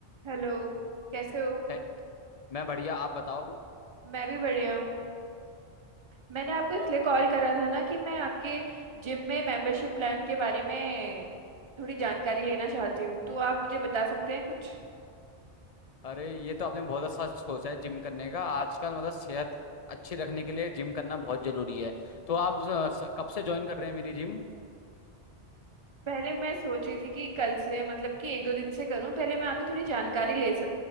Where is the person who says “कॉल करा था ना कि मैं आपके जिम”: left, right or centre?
Right